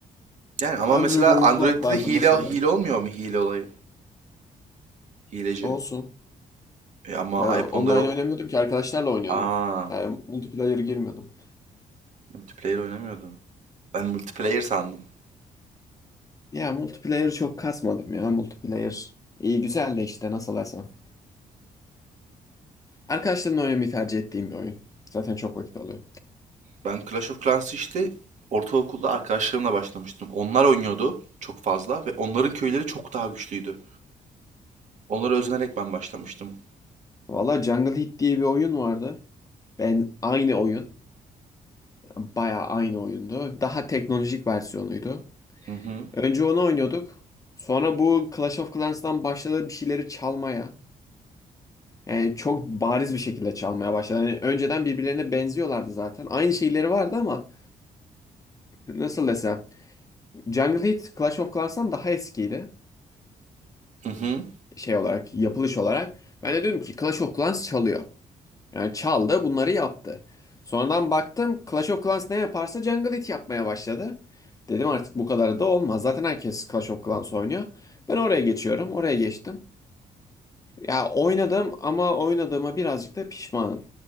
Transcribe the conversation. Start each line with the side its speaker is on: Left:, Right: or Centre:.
Right: Yani ama
Left: Android
Right: mesela
Left: oyun
Right: Android'de
Left: club vardı
Right: de hile
Left: mesela.
Right: hile olmuyor mu hile olayı? Hileci.
Left: Olsun.
Right: E ama
Left: Ya
Right: iPhone'da
Left: online
Right: yok.
Left: oynamıyordum ki arkadaşlarla oynuyordum.
Right: Aa,
Left: Yani multiplayer girmiyordum.
Right: multiplayer oynamıyordum. Ben multiplayer sandım.
Left: Ya multiplayer çok kasmadım ya multiplayer. İyi güzel de işte nasıl desem. Arkadaşlarımla oynamayı tercih ettiğim bir oyun. Zaten çok vakit alıyor.
Right: Ben Clash of Clans'ı işte ortaokulda arkadaşlarımla başlamıştım. Onlar oynuyordu çok fazla ve onların köyleri çok daha güçlüydü. Onlara özenerek ben başlamıştım.
Left: Valla Jungle Heat diye bir oyun vardı. Ben aynı oyun. Bayağı aynı oyundu. Daha teknolojik versiyonuydu.
Right: Hı hı.
Left: Önce onu oynuyorduk. Sonra bu Clash of Clans'tan başladı bir şeyleri çalmaya. Yani çok bariz bir şekilde çalmaya başladı. Yani önceden birbirlerine benziyorlardı zaten. Aynı şeyleri vardı ama nasıl desem. Jungle Heat Clash of Clans'tan daha eskiydi.
Right: Hı hı.
Left: Şey olarak, yapılış olarak. Ben de dedim ki Clash of Clans çalıyor. Yani çaldı bunları yaptı. Sonradan baktım Clash of Clans ne yaparsa Jungle It yapmaya başladı. Dedim artık bu kadar da olmaz. Zaten herkes Clash of Clans oynuyor. Ben oraya geçiyorum. Oraya geçtim. Ya oynadım ama oynadığıma birazcık da pişmanım.